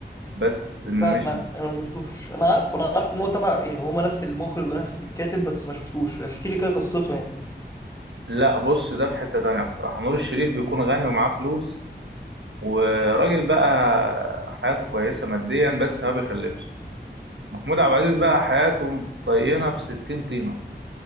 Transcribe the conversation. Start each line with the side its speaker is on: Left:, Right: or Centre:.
Right: بس مش
Left: لا ما انا ما شفتوش انا عارف انا عارف ان هو تبع يعني هما نفس المخرج ونفس الكاتب بس ما شفتوش احكي لي كده قصته يعني
Right: لا بص ده في حتة تانية بصراحة نور الشريف بيكون غني ومعاه فلوس وراجل بقى حياته كويسة ماديا بس ما بيخلفش محمود عبد العزيز
Left: مم.
Right: بقى حياته مطينة بستين طينة